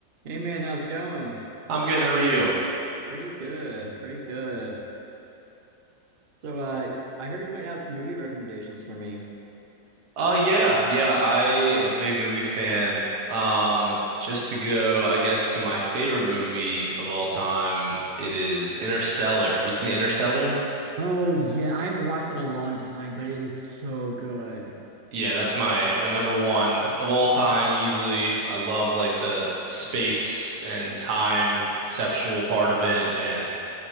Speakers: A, on the right (about 40°); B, on the right (about 70°).
A: Hey man, how's it going?
B: I'm good. How are you?
A: Pretty good, pretty good. So, uh, I heard you might have some movie recommendations for me.
B: Oh yeah, yeah. I am a big movie fan. Um, just to go, I guess, to my favorite movie of all time, it is Interstellar. Have you seen Interstellar?
A: Oh yeah, I haven't watched it in a long time, but it is so good.
B: Yeah, that's my my number one of all time, easily. I love like the space and time conceptual part of it, and